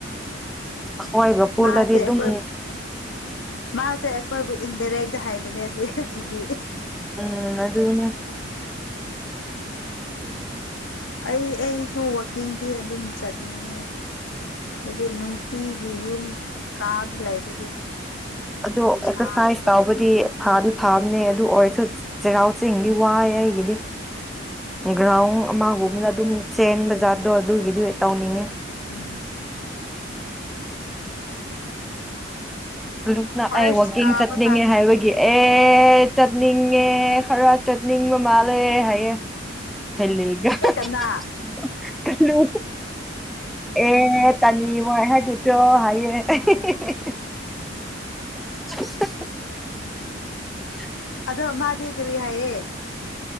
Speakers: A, in the centre; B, on the left.
A: ꯑꯩꯈꯣꯏꯒ ꯄꯨꯜꯂꯗꯤ
B: ꯃꯥꯁꯦ
A: ꯑꯗꯨꯝ
B: ꯑꯩꯈꯣꯏ ꯃꯥꯁꯦ ꯑꯩꯈꯣꯏꯕꯨ ꯏꯟꯗꯥꯔꯦꯛ ꯍꯥꯏꯕꯅꯦ ꯑꯁꯤꯗꯤ
A: ꯎꯝ ꯑꯗꯨ ꯑꯗꯨꯅꯦ
B: ꯑꯩ ꯑꯩꯁꯨ ꯋꯥꯋꯀꯦꯡꯗꯤ ꯑꯗꯨꯝ ꯆꯠꯅꯤꯡꯉꯦ ꯍꯥꯏꯗꯤ ꯎꯇꯤꯒꯤ ꯌꯨꯝ ꯀꯥꯗ ꯂꯩꯕꯒꯤ
A: ꯑꯗꯣ
B: ꯏꯁꯥꯁꯦ
A: ꯑꯦꯛꯁꯔꯁꯥꯏꯁ ꯇꯧꯕꯗꯤ ꯐꯥꯗꯤ ꯐꯥꯕꯅꯦ ꯑꯗꯨ ꯑꯣꯏꯔꯁꯨ ꯆꯩꯔꯥꯎ ꯆꯦꯡꯗꯤ ꯋꯥꯑꯦ ꯑꯩꯒꯤꯗꯤ꯫ ꯒ꯭ꯔꯥꯎꯟ ꯑꯃꯒꯨꯝꯕꯅ ꯑꯗꯨꯝ ꯆꯦꯟꯕ ꯖꯥꯠꯇꯣ ꯑꯗꯨꯒꯤꯗꯤ ꯇꯧꯅꯤꯡꯉꯦ
B: ꯎꯝ
A: ꯂꯨꯅ
B: ꯐꯥꯔꯁ
A: ꯑꯩ ꯋꯥꯛꯀꯤꯡ
B: ꯇꯥꯕ
A: ꯆꯠꯅꯤꯡꯉꯦ
B: ꯀꯥꯟꯗ
A: ꯍꯥꯏꯕꯒꯤ ꯑꯦ ꯆꯠꯅꯤꯡꯦ ꯈꯔ ꯆꯠꯅꯤꯡ ꯃ ꯃꯥꯂꯦ ꯍꯥꯏꯌꯦ ꯊꯦꯂꯒꯂꯨ
B: ꯀꯅꯥ
A: ꯑꯦ ꯇꯅꯤ ꯃꯣꯏ ꯍꯥꯏ ꯇ ꯆꯣ ꯍꯥꯏꯦ <unintelligible> <unintelligible>
B: ꯅꫭ ꯃꯥꯗꯤ ꯀꯔꯤ ꯍꯥꯏꯌꯦ꯫